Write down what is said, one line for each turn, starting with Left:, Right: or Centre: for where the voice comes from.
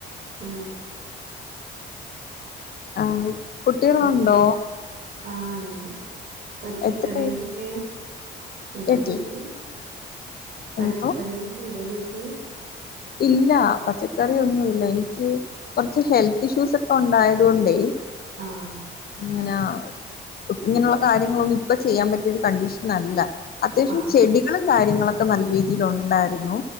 Right: ആ
Left: ആ കുട്ടികളുണ്ടോ
Right: പച്ച ആ ണ്ട് പച്ചക്കറികളൊക്കെ
Left: എത്ര
Right: ണ്ടോ
Left: കേട്ടില്ല
Right: വീട്ടിൽ പച്ചക്കറികളൊക്കെ
Left: എന്തോ
Right: ണ്ടോ വീ ഉം
Left: ഇല്ല പച്ചക്കറി ഒന്നുല്ല എനിക്ക് കൊറച്ച് ഹെൽത്ത് ഇഷ്യൂസ് ഒക്കെ ഉണ്ടായതൊണ്ടേ
Right: ആഹ്
Left: ങ്ങനാ ഇങ്ങനൊള്ള കാര്യങ്ങളൊന്നും ഇപ്പൊ ചെയ്യാൻ പറ്റിയൊരു കണ്ടീഷനല്ല അത്യാശം
Right: ആഹ്
Left: ചെടികളും കാര്യങ്ങളൊ ക്കെ നല്ല രീതിലൊണ്ടാരുന്നു.